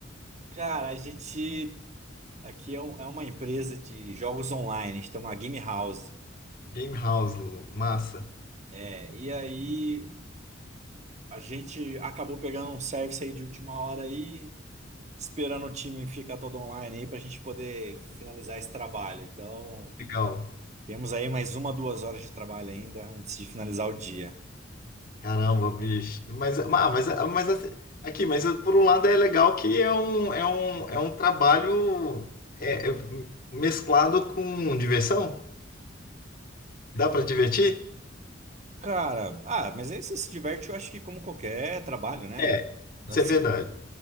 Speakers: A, on the right; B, on the left.
A: Cara, a gente aqui é, um- é uma empresa de jogos online. A gente tem uma game house.
B: Game House, massa.
A: É, e aí a gente acabou pegando um service aí de última hora aí, esperando o time ficar todo online aí pra gente poder finalizar esse trabalho. Então.
B: Legal.
A: Temos aí mais uma, duas horas de trabalho ainda antes de finalizar o dia.
B: Caramba, bicho. Mas, ah, mas, ah, mas assim, aqui, mas ah, por um lado é legal que é um, é um, é um trabalho é, é mesclado com diversão. Dá pra divertir?
A: Cara, ah, mas aí você se diverte, eu acho que como qualquer trabalho, né?
B: É, isso
A: Assim,
B: é verdade.